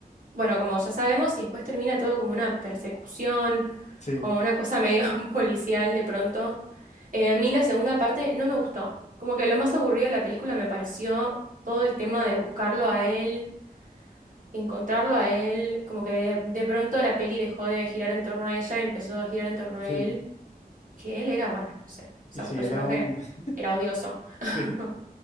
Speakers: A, on the right; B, on the left.
A: bueno, como ya sabemos, y después termina todo como una persecución,
B: Sí,
A: como una cosa medio <laughs> policial de pronto. Eh, a mí la segunda parte no me gustó. Como que lo más aburrido de la película me pareció todo el tema de buscarlo a él, encontrarlo a él, como que de, de pronto la peli dejó de girar en torno a ella, empezó a girar en torno
B: sí.
A: a él, que él era, bueno, no sé, o sea,
B: Y sí
A: su personaje
B: era un...
A: era odioso.
B: <laughs>
A: <laughs>
B: Sí.